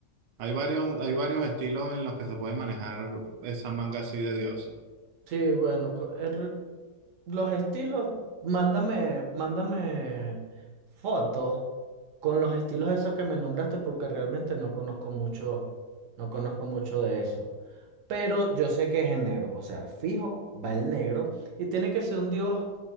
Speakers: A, on the right; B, on the right.
A: Hay varios, hay varios estilos en los que se puede manejar esa manga así de dioses.
B: Sí, bueno, co- es re- los estilos, mándame, mándame fotos con los estilos esos que me nombraste porque realmente no conozco mucho, no conozco mucho de eso. Pero yo sé que es en negro, o sea, fijo, va en negro y tiene que ser un dios